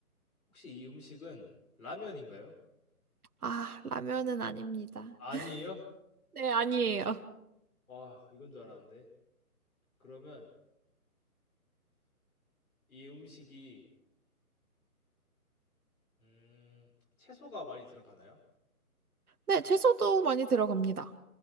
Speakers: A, on the left; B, on the right.
A: 혹시 이 음식은 라면인가요?
B: 아, 라면은 아닙니다.
A: 아니에요?
B: <laughs> 네, 아니에요.
A: 와, 이건 줄 알았는데. 그러면 이 음식이 음, 채소가 많이 들어가나요?
B: 네, 채소도 많이 들어갑니다.